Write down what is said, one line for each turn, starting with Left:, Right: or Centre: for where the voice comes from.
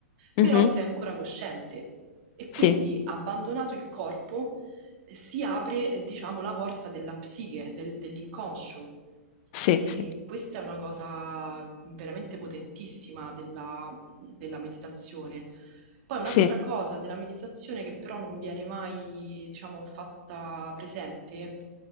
Left: mhm,
Right: però sei ancora cosciente. E quindi,
Left: Sì,
Right: abbandonato il corpo, eh, si apre, eh, diciamo, la porta della psiche, del- dell'inconscio.
Left: sì,
Right: E
Left: sì,
Right: questa è una cosa veramente potentissima della, della meditazione. Poi un'altra
Left: sì.
Right: cosa della meditazione che però non viene mai, diciamo, fatta presente,